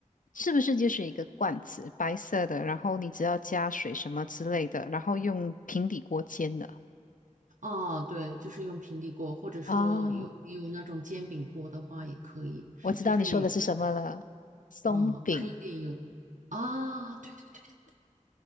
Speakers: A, on the left; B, on the right.
A: 是不是就是一个罐子，白色的，然后你只要加水什么之类的，然后用平底锅煎的
B: 啊，对，就是用平底锅，或者说有你有那种煎饼锅的话也可以，
A: 啊？我知道你说的是什么了，
B: 就是你
A: 松饼，
B: 啊、喷一点油啊，对对对，